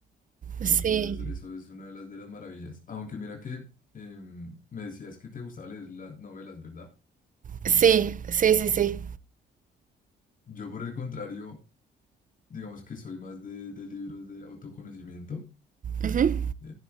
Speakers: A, on the left; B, on the right.
A: Entonces,
B: Sí,
A: eso, eso es una de las, de las maravillas. Aunque mira que em, me decías que te gustaba leer las novelas, ¿verdad?
B: sí, sí, sí, sí.
A: Yo, por el contrario, digamos que soy más de, de libros de autoconocimiento,
B: Ujú.
A: eh,